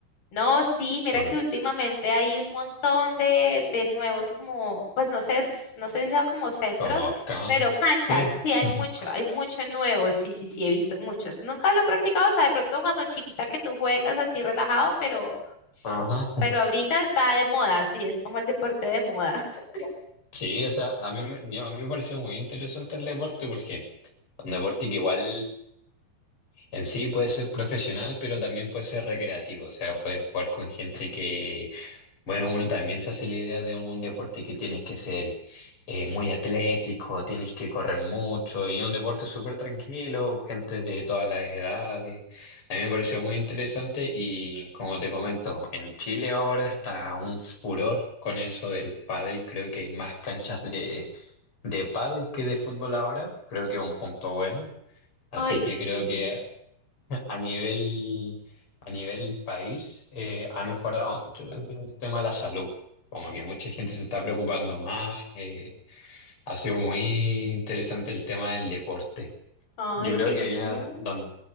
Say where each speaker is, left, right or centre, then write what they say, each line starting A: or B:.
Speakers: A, on the left; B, on the left.
A: No, sí, mira
B: Bueno.
A: que últimamente hay un montón de, de nuevos como, pues no sé, s- no sé si son como centros,
B: como acá,
A: pero canchas,
B: sí.
A: sí, hay
B: <laughs>
A: mucho, hay mucho nuevo, sí, sí, sí, he visto muchos. Nunca lo he practicado, o sea, de pronto cuando chiquita que tú juegas así relajado, pero
B: Ajá.
A: Pero ahorita está de moda, sí, es como el deporte de moda. <laughs>
B: Sí, o sea, a mí, me- yo- a mí me pareció muy interesante el deporte porque un deporte que igual En sí puede ser profesional, pero también puede ser recreativo, o sea, puedes jugar con gente que, bueno, uno también se hace la idea de un deporte que tienes que ser eh, muy atlético, tienes que correr mucho, y es un deporte súper tranquilo, gente de todas las edades. A mí me pareció muy interesante y como te comento, en Chile ahora está un furor con eso del pádel, creo que hay más canchas de de pádel que de fútbol ahora, creo que es un punto bueno. Así
A: Ay,
B: que
A: sí.
B: creo que a nivel, a nivel país eh, ha mejorado mucho en el tema de la salud. Como que mucha gente se está preocupando más. eh, ha sido muy interesante el tema del deporte.
A: Ay,
B: Yo creo
A: qué genial.
B: que allá donde...